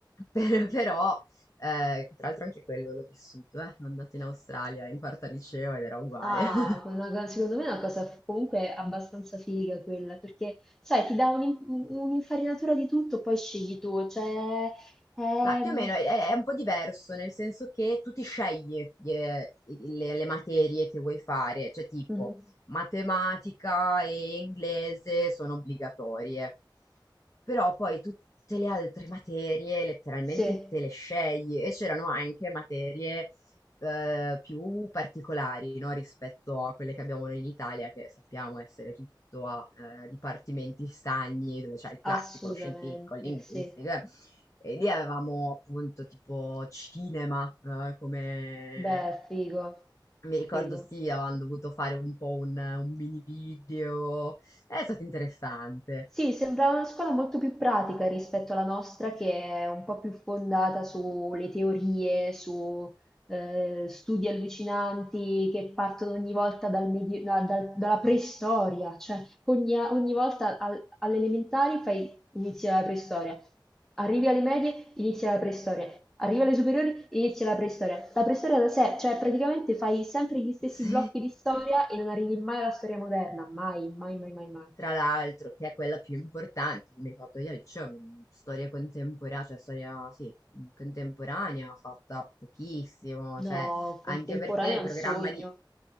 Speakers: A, on the left; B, in the centre.
A: per- però, eh, che tra l'altro anche quello l'ho vissuto, eh, sono andata in Australia in quarta liceo ed era uguale.
B: Ah,
A: <laughs>
B: una co secondo me è una cosa f comunque abbastanza figa quella, perché sai ti dà un'in u un'infarinatura di tutto, poi scegli tu, cioè ehm
A: Ma più o meno è, è- è un po' diverso, nel senso che tu ti scegli eh, le, le materie che vuoi fare, cioè tipo
B: mh-mh,
A: matematica e inglese sono obbligatorie, però poi tutte le altre materie letteralmente
B: sì,
A: te le scegli e c'erano anche materie eh, più particolari, no, Rispetto a quelle che abbiamo noi in Italia, che sappiamo essere tutto a eh, dipartimenti stagni, dove c'è il classico,
B: assolutamente,
A: lo scientifico, il linguistico.
B: sì.
A: eh. E lì avevamo appunto tipo cinema, eh, come...
B: Beh, figo,
A: Mi ricordo
B: figo.
A: sì, avevamo dovuto fare un po' un, un mini video. È stato interessante.
B: Sì, sembrava una scuola molto più pratica rispetto alla nostra, che è un po' più fondata sulle teorie, su eh, studi allucinanti che partono ogni volta dal medio- da- dal- dalla preistoria, cioè ogni, ogni volta al- alle elementari fai, inizia la preistoria, arrivi alle medie, inizia la preistoria, arrivi alle superiori, inizia la preistoria. La preistoria da sé, cioè praticamente fai sempre gli stessi
A: <laughs> Sì.
B: blocchi di storia e non arrivi mai alla storia moderna, mai, mai, mai, mai, mai.
A: Tra l'altro, che è quella più importante, io mi ricordo io al liceo, mm, storia contemporanea, cioè storia, sì, mm, contemporanea, fatta pochissimo,
B: No,
A: cioè, anche
B: contemporanea
A: perché il
B: è
A: programma
B: un sogno.
A: di,